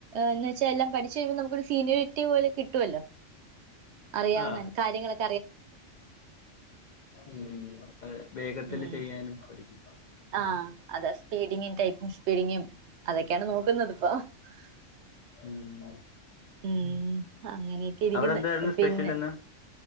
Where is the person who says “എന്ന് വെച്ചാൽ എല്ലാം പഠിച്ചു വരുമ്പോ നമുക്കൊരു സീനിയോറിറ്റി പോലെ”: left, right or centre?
Right